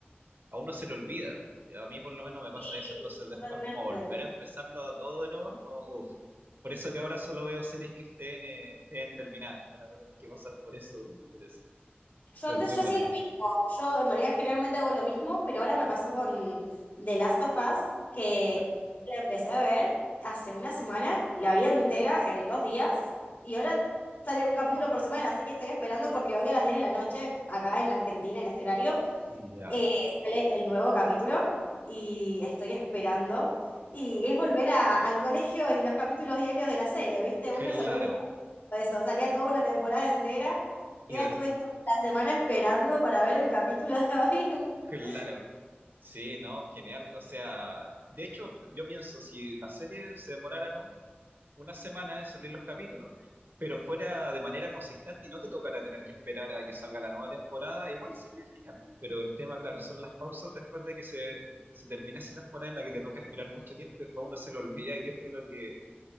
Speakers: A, on the right; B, on the left.
A: a uno se le olvida. Y a mí por lo menos me pasa
B: Sí,
A: eso, entonces después
B: totalmente.
A: como volver a empezarlo todo de nuevo es como, uff. Por eso que ahora solo veo series que estén, eh, estén terminadas, para no tener que pasar por eso, por eso.
B: Yo
A: Pero
B: antes,
A: es muy
B: yo
A: bueno
B: hacía lo
A: también.
B: mismo. Yo en realidad generalmente hago lo mismo, pero ahora me pasó con The Last of Us, que
A: Y no.
B: la empecé a ver hace una semana, la vi entera en dos días, y ahora sale un capítulo
A: ¿no?
B: por semana, así que estoy esperando porque hoy a las 10 de la noche, acá en Argentina, en este horario,
A: Ya,
B: eh, sale el nuevo capítulo y estoy esperando. Y es volver a- al colegio y los capítulos diarios de la serie, ¿viste?
A: claro.
B: Uno se había olvidado eso, salía toda una temporada entera y
A: Y
B: ahora
A: des-
B: estuve toda la semana esperando para ver el capítulo de hoy.
A: claro.
B: <laughs>
A: Sí, no, genial. O sea, de hecho, yo pienso, si las series se demoraran un- una semana en salir los capítulos, pero fuera de manera consistente y no te tocara tener que esperar a que salga la nueva temporada, igual sería genial. Pero el tema, claro, son las pausas después de que se, se termina esa temporada en la que te toca esperar mucho tiempo y después uno se le olvida qué fue lo que,